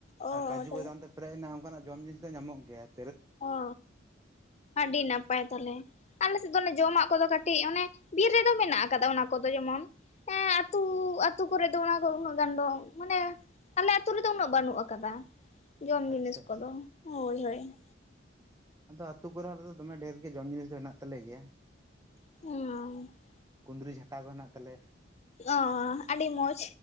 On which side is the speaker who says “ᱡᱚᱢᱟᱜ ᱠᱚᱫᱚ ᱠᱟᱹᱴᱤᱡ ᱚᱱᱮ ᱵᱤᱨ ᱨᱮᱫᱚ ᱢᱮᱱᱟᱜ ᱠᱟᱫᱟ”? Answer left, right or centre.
Left